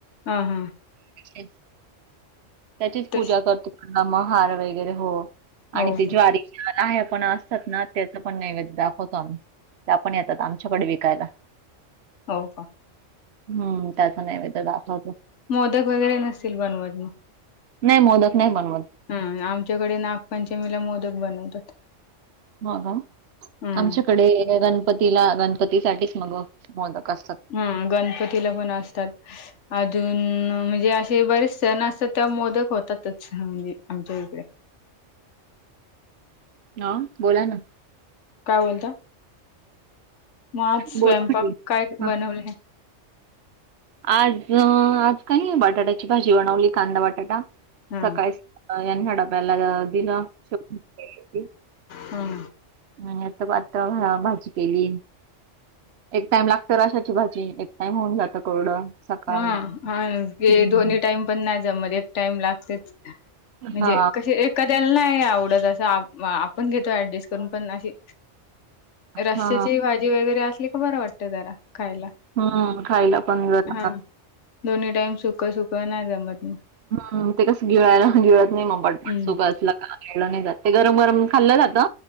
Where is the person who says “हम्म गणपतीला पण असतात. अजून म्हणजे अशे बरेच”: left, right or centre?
Left